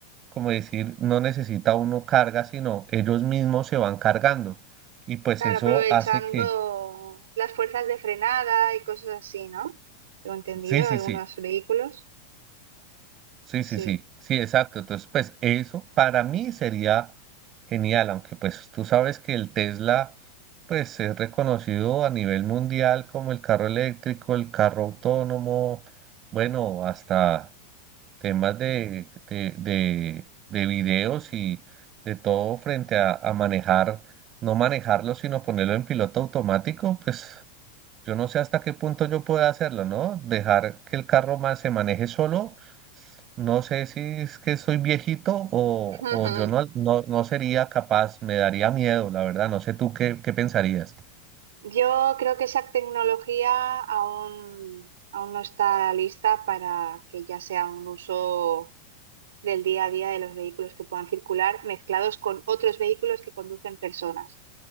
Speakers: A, on the right; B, on the right.
A: como decir, no necesita uno carga, sino ellos mismos se van cargando. Y pues
B: Claro,
A: eso
B: aprovechando
A: hace que,
B: las fuerzas de frenada y cosas así, ¿no? Tengo entendido,
A: sí, sí,
B: algunos
A: sí.
B: vehículos,
A: Sí,
B: sí.
A: sí, sí, sí, exacto. Entonces, pues eso para mí sería genial, aunque pues tú sabes que el Tesla pues es reconocido a nivel mundial como el carro eléctrico, el carro autónomo, bueno, hasta temas de, de, de, de videos y de todo frente a, a manejar, no manejarlo, sino ponerlo en piloto automático, pues yo no sé hasta qué punto yo pueda hacerlo, ¿no? Dejar que el carro ma- se maneje solo no sé si es que soy viejito o,
B: <laughs>
A: o yo no, no, no sería capaz, me daría miedo, la verdad. No sé tú qué, qué pensarías.
B: Yo creo que esa tecnología aún, aún no está lista para que ya sea un uso del día a día de los vehículos que puedan circular mezclados con otros vehículos que conducen personas.